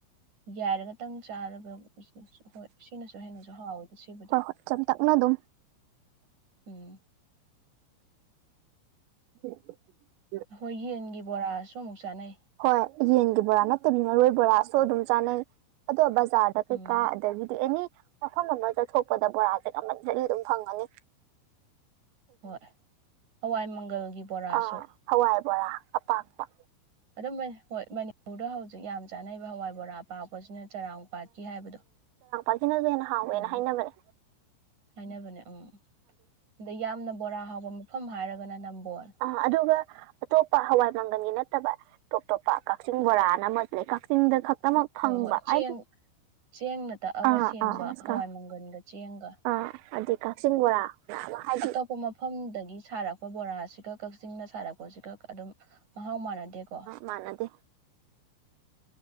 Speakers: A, on the right; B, on the right.
A: ꯌꯥꯏꯔꯒ ꯈꯤꯇꯪ ꯆꯥꯔꯕ ꯍꯣꯏ ꯁꯤꯅꯁꯨ ꯍꯦꯟꯅꯁꯨ ꯍꯥꯎꯋꯦꯗ ꯁꯤꯕꯨꯗꯤ
B: ꯍꯣꯏ ꯍꯣꯏ ꯆꯝꯇꯛꯅ ꯑꯗꯨꯝ
A: ꯎꯝ
B: <unintelligible>
A: ꯍꯣꯏ ꯌꯦꯟꯒꯤ ꯕꯣꯔꯥꯁꯨ ꯑꯃꯨꯛ ꯆꯥꯅꯩ
B: ꯍꯣꯏ ꯌꯦꯟꯒꯤ ꯕꯣꯔꯥ ꯅꯠꯇꯕꯤ ꯃꯔꯣꯏ ꯕꯣꯔꯥꯁꯨ ꯑꯗꯨꯝ ꯆꯥꯅꯩ ꯑꯣꯗꫭ ꯕꯥꯖ ꯖꯥꯔꯗ
A: ꯎꯝ
B: ꯀꯩꯀꯥ ꯑꯗꯒꯤꯗꯤ ꯑꯦꯅꯤ ꯃꯐꯝ ꯑꯃ ꯆꯠꯊꯣꯛꯄꯗ ꯕꯣꯔꯥꯁꯦ ꯀꯝꯄꯟꯁꯔꯤ ꯑꯗꯨꯝ ꯐꯪꯉꯅꯤ
A: ꯍꯣꯏ ꯍꯋꯥꯏ ꯃꯪꯒꯜꯒꯤ ꯕꯣꯔꯥꯁꯨ
B: ꯑꯥ ꯍꯋꯥꯏ ꯕꯣꯔꯥ ꯑꯄꯥꯛꯄ
A: ꯑꯗꯨꯝ ꯍꯣꯏ ꯃꯅꯤꯄꯨꯔꯗ ꯍꯧꯖꯤꯛ ꯌꯥꯝ ꯆꯥꯅꯔꯤꯕ ꯍꯋꯥꯏ ꯕꯣꯔꯥ ꯄꯥꯛꯄꯁꯤꯅ ꯆꯔꯥꯡ ꯄꯥꯠꯀꯤ ꯍꯥꯏꯕꯗꯣ
B: ꯑꯗꯨꯅꯖꯨ ꯍꯦꯟꯅ ꯍꯥꯎꯋꯦꯅ
A: ꯎꯝ
B: ꯍꯥꯏꯅꯕꯅꯦ
A: ꯍꯥꯏꯅꯕꯅꯦ ꯎꯝ ꯑꯗ ꯌꯥꯝꯅ ꯕꯣꯔꯥ ꯍꯥꯎꯕ ꯃꯐꯝ ꯍꯥꯏꯔꯒꯅ ꯅꯝꯕꯣꯜ
B: ꯑ ꯑꯗꯨꯒ ꯑꯇꯣꯞꯄ ꯍꯋꯥꯏ ꯃꯪꯒꯜꯒꯤ ꯅꯠꯇꯕ ꯇꯣꯞ ꯇꯣꯞꯄ ꯀꯛꯆꯤꯡ ꯕꯣꯔꯥꯅ ꯑꯃꯁꯨ ꯂꯩ ꯀꯛꯆꯤꯡꯗ ꯈꯛꯇꯃꯛ ꯐꯪꯕ
A: ꯍꯣꯏ ꯍꯣꯏ ꯆꯦꯡ
B: ꯍꯥꯏꯗꯤ
A: ꯆꯦꯡꯅ ꯇꯛꯑꯒ
B: ꯑꯥ
A: ꯁꯦꯝꯕ
B: ꯑꯥ ꯑꯁꯀ
A: ꯍꯋꯥꯏ ꯃꯪꯒꯟꯒ ꯆꯦꯡꯒ
B: ꯑꯥ ꯑꯗꯨꯗꯤ ꯀꯛꯆꯤꯡ ꯕꯣꯔꯥ ꯑꯃ ꯍꯥꯏꯗꯤ
A: ꯑꯇꯣꯞꯄ ꯃꯐꯝꯗꯒꯤ ꯁꯥꯔꯛꯄ ꯕꯣꯔꯥꯁꯤꯒ ꯀꯛꯆꯤꯡꯅ ꯁꯥꯔꯛꯄꯁꯤꯒ ꯑꯗꯨꯝ ꯃꯍꯥꯎ ꯃꯥꯟꯅꯗꯦꯀꯣ
B: ꯃꯥꯅꯗꯦ